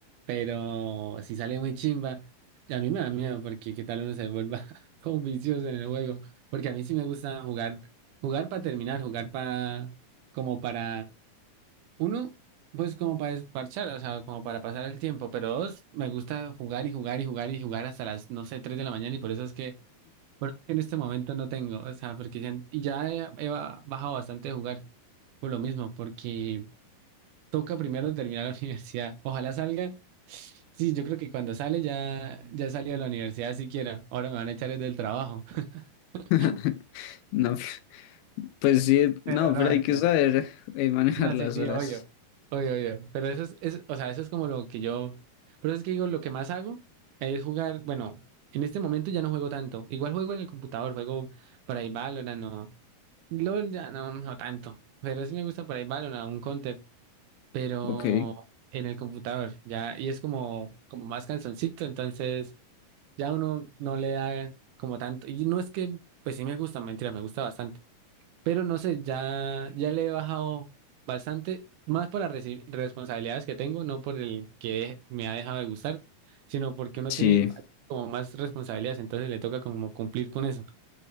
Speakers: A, on the right; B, on the left.
A: Pero si sale muy chimba, y a mí me da miedo porque qué tal uno se vuelva <laughs> todo vicioso en el juego. Porque a mí sí me gusta jugar, jugar para terminar, jugar para, como para, uno, pues como para desparchar, o sea, como para pasar el tiempo. Pero dos, me gusta jugar y jugar y jugar y jugar hasta las, no sé, 3 de la mañana y por eso es que, por eso es que en este momento no tengo, o sea, porque ya, y ya he, he bajado bastante de jugar por lo mismo, porque toca primero terminar la <laughs> universidad. Ojalá salga. Sí, yo creo que cuando sale ya, ya he salido de la universidad siquiera. Ahora me van a echar desde el trabajo. <laughs>
B: <laughs> No. <laughs> Pues sí, no,
A: Pero no,
B: pero
A: mentira.
B: hay que saber eh, manejar
A: No,
B: <laughs> las
A: sí, sí,
B: horas.
A: obvio. Obvio, obvio. Pero eso es, es- o sea, eso es como lo que yo. Pero es que digo, lo que más hago es jugar. Bueno, en este momento ya no juego tanto. Igual juego en el computador, juego por ahí Valorant o. LOL ya no, no tanto. Pero sí me gusta por ahí Valorant, un Counter. pero
B: Ok,
A: en el computador, ya, y es como, como más cansoncito, entonces ya uno no le da como tanto, y no es que, pues sí me gusta, mentira, me gusta bastante, pero no sé, ya, ya le he bajado bastante, más por las reci- responsabilidades que tengo, no por el que me ha dejado de gustar, sino porque uno
B: sí,
A: tiene como más responsabilidades, entonces le toca como cumplir con eso.